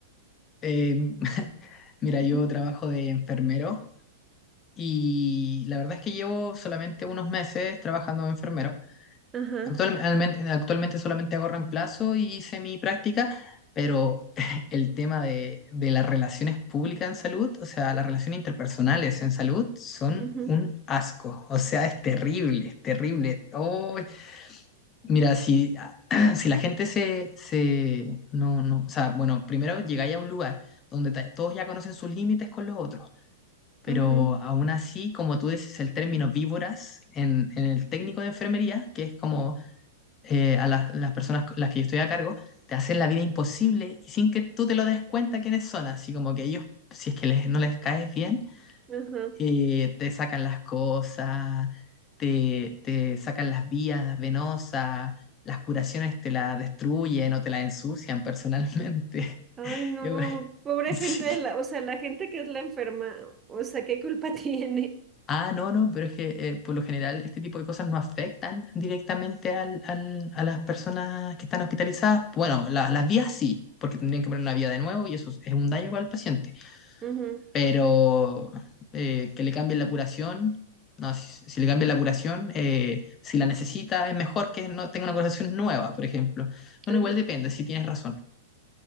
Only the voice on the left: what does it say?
Eh, <laughs> mira,
yo trabajo de enfermero y la verdad es que llevo solamente unos meses trabajando de enfermero.
Actualmente, actualmente solamente hago reemplazo y hice mi práctica, pero <laughs> el tema de, de las relaciones públicas en salud, o sea, las relaciones interpersonales en salud, son
un asco. O sea, es terrible, es terrible. Oh, Mira, si, <clears throat> si la gente se, se... No, no, o sea, bueno, primero llegáis a un lugar donde ta- todos ya conocen sus límites con los otros, pero
aún así, como tú dices, el término víboras en, en el técnico de enfermería, que es como eh, a las, las personas con las que yo estoy a cargo, te hacen la vida imposible y sin que tú te lo des cuenta quiénes son, así como que ellos, si es que les, no les caes bien
eh, te sacan las cosas, te, te sacan las vías venosas, las curaciones te las destruyen o te las ensucian personalmente. <laughs>
Eh, bueno,
sí.
Ah, no, no, pero es que eh, por lo general este tipo de cosas no afectan directamente al- al- a las personas que están hospitalizadas. Bueno, la- las vías sí, porque tendrían que poner una vía de nuevo y eso es un daño para el paciente
pero eh, que le cambien la curación, no, si, si le cambian la curación, eh, si la necesita, es mejor que no tenga una curación nueva, por ejemplo. Bueno,
igual depende, si tienes razón.